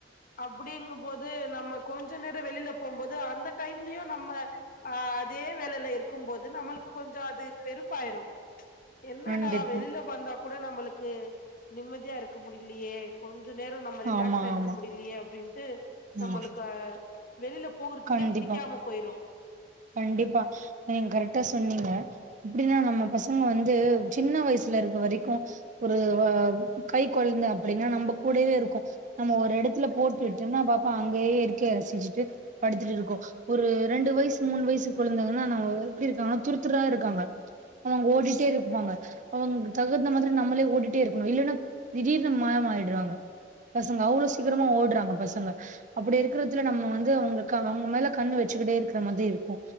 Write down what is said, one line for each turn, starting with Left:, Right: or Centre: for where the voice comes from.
Left: அப்படிங்கும்போது நம்ம கொஞ்ச நேர வெளியில போம்போது அந்த டைம்லயு நம்ம ஆ இதே வேலையில இருக்கும்போது நம்மளுக்கு கொஞ்ச அது வெறுப்பாயிரு என்னடா
Right: கண்டிப்பா
Left: வெளியில வந்தா கூட நம்மளுக்கு நிம்மதியா இருக்க முடியலையே கொஞ்ச நேர நம்ம ரிலாக்ஸா
Right: ஆமா
Left: இருக்க
Right: ஆமா
Left: முடியலையே அப்டின்ட்டு நம்மளுக்கு
Right: ஆமா
Left: வெளியில போகறதுக்கே
Right: கண்டிப்பா
Left: புடிக்காம போயிரு
Right: கண்டிப்பா நீங்க கரெக்டா சொன்னீங்க எப்டின்னா நம்ம பசங்க வந்து சின்ன வயசுல இருக்க வரைக்கு ஒரு வ கை கொழுந்த அப்படின்னா நம்ம கூடவே இருக்கு நம்ம ஒரு எடத்துல போட்டு விட்டு நா பாப்ப அங்கயே இரு க்க ரசிச்சுட்டு படுத்துட்டு இருக்கூ ஒரு ரெண்டு வயசு மூணு வயசு கொழந்தைங்கன்னா நம்ம எப்டி இருக்காங்க துருத்துரா இருக்காங்க அவங்க ஓடிட்டே இருப்பாங்க அவங்க தகுந்த மாதிரி நம்மளே ஓடிட்டே இருக்கணு இல்லைன்னா திடீர்னு மாய ஆயிட்றாங்க பசங்க அவ்வளவு சீக்கிரமா ஓடுறாங்க பசங்க அப்படி இருக்கறதுல நம்ம வந்து அவங்களுக்கு அவங்க மேல கண்ணு வச்சக்கிட்டே இருக்கிற மாதிரி இருக் கு